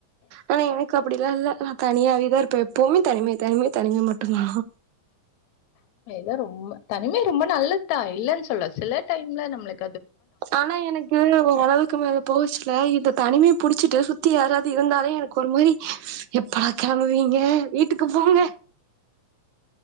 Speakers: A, on the right; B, on the left.
A: ஆனா எனக்கு அப்டிலா இல்ல நா தனியாவேதா இருப்ப எப்வுமே தனிமை தனிமை தனிமை மட் டுந்தா
B: தா ரொம்ப தனிமை ரொம்ப நல்லதுதா இல்லன்னு சொல்ல சில டைம்ல நம்ளுக்
A: ஆனா எனக்கு ஒரளவுக்கு மேல போச்சில்ல இந்த தனிமை புடிச்சிட்டு சுத்தி யாராது இருந்தாலே எனக்கு ஒரு மாரி எப்படா கெளம்புவீங்க வீட்டுக்கு போங்க